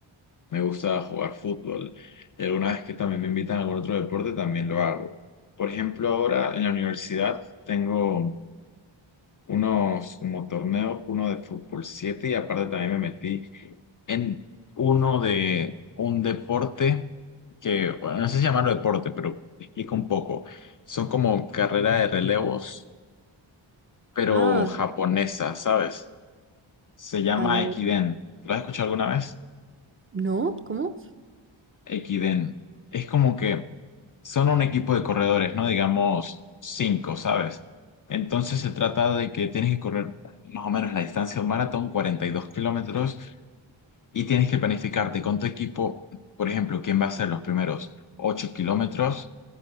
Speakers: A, on the left; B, on the right.
A: Me gusta jugar fútbol. Y alguna vez que también me invitan a algún otro deporte, también lo hago. Por ejemplo, ahora en la universidad tengo unos como torneos, uno de fútbol 7 y aparte también me metí en uno de un deporte que, bueno, no sé si llamarlo deporte, pero te explico un poco. Son como carrera de relevos, pero
B: Ah,
A: japonesa, ¿sabes? Se llama
B: allá.
A: Ekiden. ¿Lo has escuchado alguna vez?
B: ¿No? ¿Cómo?
A: Ekiden. Es como que son un equipo de corredores, ¿no? Digamos cinco, ¿sabes? Entonces se trata de que tienes que correr más o menos la distancia de un maratón, 42 kilómetros, y tienes que planificarte con tu equipo, por ejemplo, quién va a ser los primeros 8 kilómetros,